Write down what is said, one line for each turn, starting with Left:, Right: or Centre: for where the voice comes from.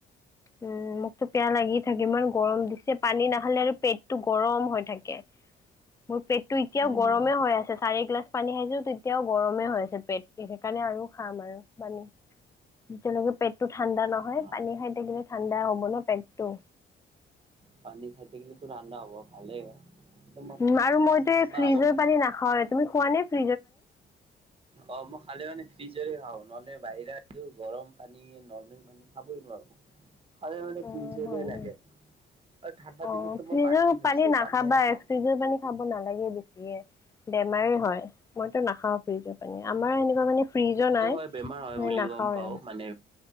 Left: উম, মোকতো পিয়াহ লাগি থাকে বাৰু গৰম দিছে পানী নাখালে আৰু পেটটো গৰম হৈ থাকে। মোৰ পেটটো এতিয়াও
Right: হয়
Left: গৰমে
Right: নেকি
Left: হৈ আছে চাৰিগিলাচ পানী খাইছো তেতিয়াও গৰমে হৈ আছে পেট, সেইকাৰণে আৰু খাম আৰু পানী। যেতিয়ালৈকে পেটটো ঠাণ্ডা নহয়,
Right: অ
Left: পানী খাই থাকিলে ঠাণ্ডা হব ন পেটটো।
Right: পানী খাই থাকিলেতো ঠাণ্ডা হ'ব ভালেই। একদম
Left: উম আৰু মইতো
Right: মই
Left: ফ্ৰিজৰ
Right: আগৰ
Left: পানী নাখাও তুমি খোৱা নে ফ্ৰী
Right: অ মই খালে মানে ফ্ৰিজ এৰ সে আৰু নহলে বাহিৰা গৰম পানী, নৰ্মেল পানী খাবই নোৱাৰো। খালে মানে
Left: অ
Right: ফ্ৰিজলে
Left: হয়
Right: লাগে। আৰু ঠাণ্ডা
Left: অ
Right: দিনততো মই
Left: ফ্ৰিজৰ
Right: পানীয়ে নুচো
Left: পানী নাখাবা,
Right: পানীয়ে নাখাওঁ।
Left: ফ্ৰিজৰ পানী খাব নালাগে বেছি। বে বেমাৰে হয়, মইতো নাখাওঁ ফ্ৰীজৰ পানী আমাৰ এনেকুৱা মানে ফ্ৰিজো
Right: সেইটোতো
Left: নাই
Right: হয় বেমাৰ হয় বুলি
Left: নাখাওঁৱে
Right: গম পাও মানে,